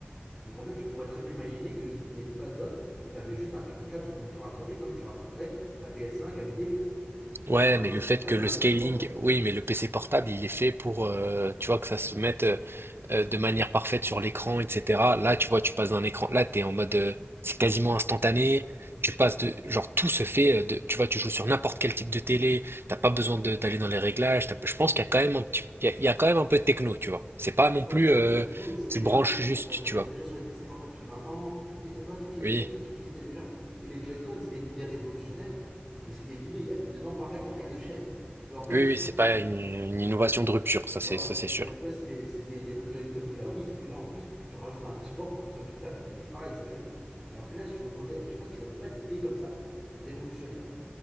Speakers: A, in the centre; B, on the right.
A: Donc en fait, tu pourrais très bien imaginer qu'ils ne mettaient pas de dock et tu avais juste un, un câble qui permet de te raccorder comme tu raccorderais ta PS5 à une télé
B: Ouais,
A: ou à un
B: mais
A: PC
B: le fait
A: portable,
B: que le
A: à
B: scaling,
A: tu vois.
B: oui, mais le PC portable, il est fait pour, euh, tu vois, que ça se mette euh, de manière parfaite sur l'écran, etc. Là, tu vois, tu passes d'un écran, là, t'es en mode, euh, c'est quasiment instantané. Tu passes de, genre, tout se fait, euh, de, tu vois, tu joues sur n'importe quel type de télé. T'as pas besoin de- d'aller dans les réglages. T'as- Je pense qu'il y a quand même un petit, il y a, il y a quand même un peu de techno, tu vois. C'est pas non
A: Ouais,
B: plus,
A: mais tu vois,
B: euh,
A: je veux dire, tout existait
B: tu
A: déjà.
B: branches juste,
A: Je veux dire, ça
B: tu vois.
A: existait déjà sur les PC portables depuis 20 ans. Il y, a- y a plein de trucs, il
B: Oui.
A: y a que des trucs qui existaient déjà. Et les Joy-Con, c'était une idée révolutionnaire, mais c'était l'idée. Il y a, y a dedans pareil, il y a rien de cher. Tu vois, en fait,
B: Oui,
A: c'est
B: oui,
A: juste
B: c'est
A: que.
B: pas une, une innovation de rupture, ça c'est
A: Voilà.
B: ça c'est sûr.
A: Je veux dire, tu vois, c'était c'était les mêmes Joy-Con que la Wii, sauf que là, en plus, tu rajoutes un petit port pour qu'il soit fixable. Mais pareil, c'est rien de fou. Alors que là, si tu veux augmenter. Et je pense qu'ils n'avaient pas d'idée comme ça révolutionnaire.